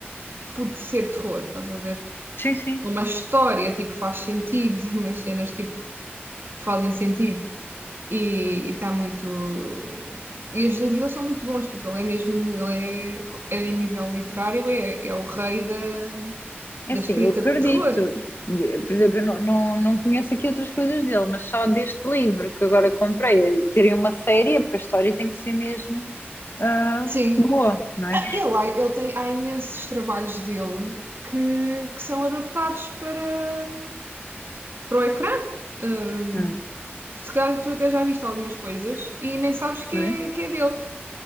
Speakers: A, on the right; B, on the left.
A: por ser terror, estás a ver?
B: Sim, sim.
A: Uma história, tipo, faz sentido. <laughs> Umas cenas, tipo fazem sentido. E está muito. E os livros dele são muito bons, tipo, ele é mesmo, ele é, é a nível literário, é, é o rei da, da
B: É assim,
A: escrita
B: eu acredito.
A: de terror.
B: De- Por exemplo, eu não, não, não conheço aqui outras coisas dele, mas só deste livro que agora comprei, eh, terem uma série, é porque a história tem que ser mesmo ah,
A: Sim.
B: boa, não é?
A: Ele, ele tem, há imensos trabalhos dele que, que são adaptados para, para o ecrã. Hum,
B: Ah,
A: se calhar tu até já viste algumas coisas e nem sabes que
B: ok.
A: é, que é dele.